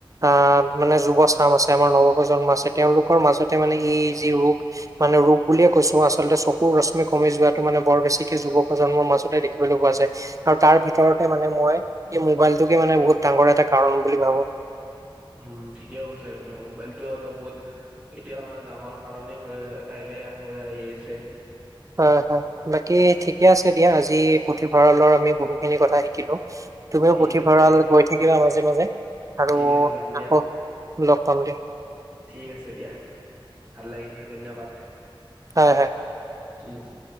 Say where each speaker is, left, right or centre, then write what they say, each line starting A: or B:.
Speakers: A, on the right (about 35°); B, on the right (about 15°).
A: আহ- মানে যুৱ চাম আছে আমাৰ নৱপ্ৰজন্ম আছে তেওঁলোকৰ মাজতে মানে এই যি ৰোগ - মানে ৰোগ বুলিয়ে কৈছো, আচলতে চকুৰ ৰশ্মি কমি যোৱাটো মানে বৰ বেছিকে যুৱ প্ৰজন্মৰ মাজতে দেখিবলৈ পোৱা যায়। আৰু তাৰ ভিতৰতে মানে মই, এই মোবাইলটোকে মানে বহুত ডাঙৰ এটা কাৰণ বুলি ভাবো।
B: উম, ঠিকেই কৈছা তুমি মোবাইলটো এটা বহুত - এতিয়া সময়ে ডাঙৰ কাৰণে হৈ লাহে লাহে হৈ আহি আছে।
A: হয়, হয়, বাকী ঠিকে আছে দিয়া আজি পুথিভঁৰালৰ আমি বহুখিনি কথা শিকিলো। তুমিও
B: ঠিক
A: পুথিভৰাল
B: আছে
A: গৈ থাকিবা মাজে মাজে আৰু
B: ঠিক আছে যাম দিয়া
A: আকৌ - লগ পাম দিয়া।
B: ঠিক আছে দিয়া, ভাল লাগিল ধন্যবাদ।
A: হয়, হয়।
B: ঠিক আছে।